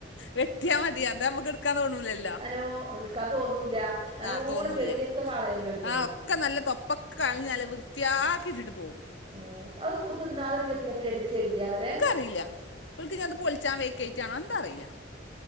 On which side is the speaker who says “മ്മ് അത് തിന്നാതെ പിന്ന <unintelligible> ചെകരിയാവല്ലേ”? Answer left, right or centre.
Right